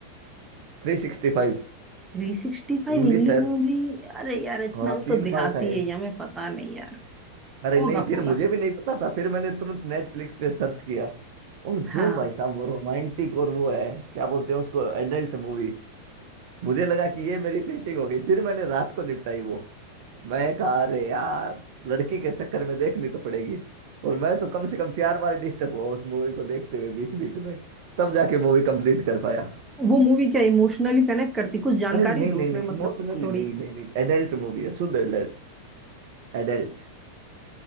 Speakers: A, on the right (about 50°); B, on the right (about 15°).
A: Three sixty five
B: थ्री सिक्सटी फाइव
A: English
B: इंग्लिश
A: है
B: मूवी अरे यार इतना
A: हाँ
B: हम
A: तीन
B: तो देहाती
A: पार्ट है
B: है हमें पता नहीं यार
A: अरे
B: होगा
A: नहीं फिर
B: होगा
A: मुझे भी नहीं पता था फिर मैंने तुरंत नेटफ्लिक्स पे सर्च किया और
B: हाँ
A: जो भाई साहब वो रोमांटिक और वो है क्या बोलते हैं उसको एडल्ट मूवी मुझे लगा कि ये मेरी सेटिंग हो गई फिर मैंने रात को निपटाई वो मैं कहा अरे यार लड़की के चक्कर में देखनी तो पड़ेगी और मैं तो कम से कम चार बार डिस्टर्ब हुआ उस मूवी को देखते हुए बीच बीच में तब जाके मूवी कंप्लीट कर पाया
B: वो मूवी क्या इमोशनली कनेक्ट करती कुछ जानकारी
A: अरे नहीं नहीं
B: दो उसमें
A: नहीं
B: मतलब
A: इमोशनली
B: थोड़ी
A: नहीं नहीं नहीं एडल्ट मूवी है शुद्ध एडल्ट एडल्ट